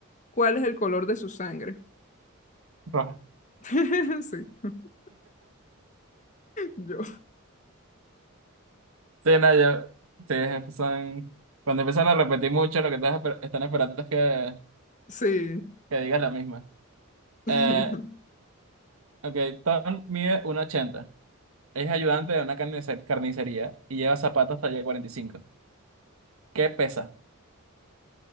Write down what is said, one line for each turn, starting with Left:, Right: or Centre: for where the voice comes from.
Left: ¿Cuál es el color de su sangre?
Right: Roja.
Left: <laughs> Sí, yo.
Right: Sí, no, yo, sí, estos son, cuando empiezan a repetir mucho, lo que estás esper- están esperando es que,
Left: Sí.
Right: que digas la misma.
Left: <laughs>
Right: Eh, ok, Tom mide uno ochenta Es ayudante de una carnice- carnicería y lleva zapatos talla cuarenta y cinco ¿Qué pesa?